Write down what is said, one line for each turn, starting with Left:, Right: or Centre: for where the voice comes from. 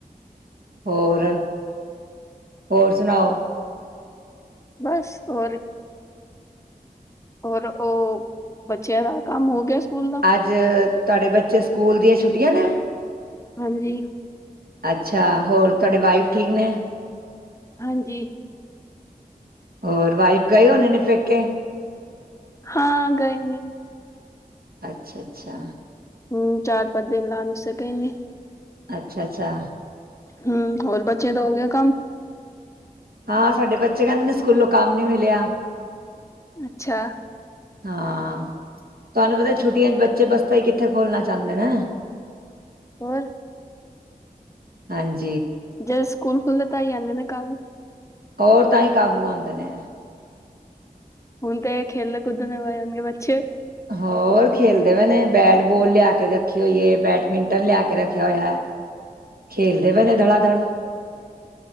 Right: ਹੋਰ ਹੋਰ ਸੁਣਾਓ।
Left: ਬਸ ਹੋਰ ਹੋਰ ਉਹ ਬੱਚਿਆਂ ਦਾ ਕੰਮ ਹੋ ਗਿਆ। ਸਕੂਲ ਦਾ?
Right: ਅੱਜ ਤੁਹਾਡੇ ਬੱਚੇ ਸਕੂਲ ਦੀਆਂ ਛੁੱਟੀਆਂ ਨੇ
Left: ਹਾਂਜੀ।
Right: ਅੱਛਾ ਹੋਰ ਤੁਹਾਡੇ ਵਾਈਫ ਠੀਕ ਨੇ
Left: ਹਾਂਜੀ।
Right: ਹੋਰ ਵਾਈਫ ਗਏ ਹੋਣੇ ਨੇ ਪੇਕੇ
Left: ਹਾਂ ਗਏ ਨੇ
Right: ਅੱਛਾ-ਅੱਛਾ
Left: ਹੂੰ ਚਾਰ ਪੰਜ ਦਿਨ ਲਾਨ ਵਾਸਤੇ ਗਏ ਨੇ
Right: ਅੱਛਾ-ਅੱਛਾ
Left: ਹੂੰ ਹੋਰ ਬੱਚੇ ਦਾ ਹੋ ਗਿਆ ਕੰਮ?
Right: ਹਾਂ ਸਾਡੇ ਬੱਚੇ ਕਹਿੰਦੇ ਨੇ ਸਕੂਲੋਂ ਕੰਮ ਨੀ ਮਿਲਿਆ
Left: ਅੱਛਾ।
Right: ਹਾਂ। ਤੁਹਾਨੂੰ ਪਤਾ ਛੁੱਟੀਆਂ ਚ ਬੱਚੇ ਬਸ ਭਾਈ ਕਿੱਥੇ ਖੋਲਣਾ ਚਾਹੁੰਦੇ ਨੇ
Left: ਹੋਰ
Right: ਹਾਂਜ
Left: ਜਦੋ ਸਕੂਲ ਖੁੱਲਦਾ ਤਾਂ ਆਨੇ ਨੇ ਕਾ
Right: ਓਰ ਤਾਂਹੀ ਕਾਬੂ ਆਉਂਦੇ ਨੇ
Left: ਹੁਨ ਤਾ ਇਹ ਖੇਲ ਕੁੱਦਣ‌ ਵਿੱਚ
Right: ਹੋਰ ਖੇਲਦੇ ਪਏ ਨੇ ਬੈਟਬੋਲ ਲਿਆ ਕੇ ਰੱਖੀ ਹੋਈ ਏ, ਬੈਟਮਿੰਟਨ ਲਿਆ ਕੇ ਰੱਖਿਆ ਹੋਇਆ ਖੇਲਦੇ ਪਏ ਨੇ ਦਬਾ ਦਬ